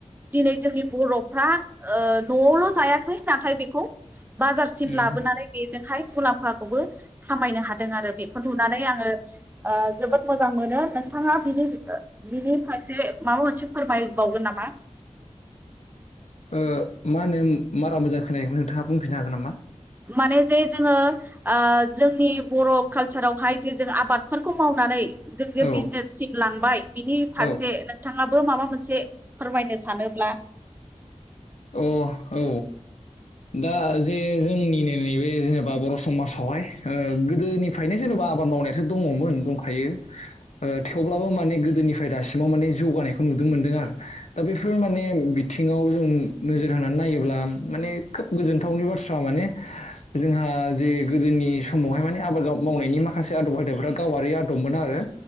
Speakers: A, on the right (about 15°); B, on the left (about 70°).
A: दिनै जोंनि बर'फ्रा ओ न'आवल' जायाखै नाथाय बेखौ बाजारसिम
B: उम
A: लाबोनानै बेजों हाय मुलाम्फाखौबो खामायनो हादों आरो बेखौ नुनानै आङो ओ जोबोद मोजां मोनो। नोंथाङा बिनि बिनि फारसे माबा मोनसे फोरमायबावगोन नामा
B: <inaudible> ओ मा होनो मारा मोजां खोनायाखैमोन नोंथाङा बुंफिननो हागोन नामा?
A: माने जे जोङो ओ जोंनि बर' कालसारावहाय जे जों आबादफोरखौ मावनानै जों जे
B: औ
A: बिजनेससिम लांबाय बिनि फारसे
B: औ
A: नोंथाङा बो माबा मोनसे फोरमायनो सानोब्ला
B: अ औ दा जे जोंनिनो नैबे जेनेबा बर' समाजावहाय ओ गोदोनिफ्रायनो जेन बा आबाद मावनायाथ' दङमोन दंखायो ओ थेवब्लाबो मानि गो दोनिफ्राय दासिमाव माने जौगानायखौ नुनो मोन्दों आरो दा बेफोर माने बिथिङाव जों नोजोर होनानै नायोब्ला माने खोब गोजोनथावनि बाथ्रा माने जोंहा जे गोदोनि नि समावहाय माने आबाद गा मावनायनि माखासे आदब खायदाफ्रा गावारि आदबमोन आरो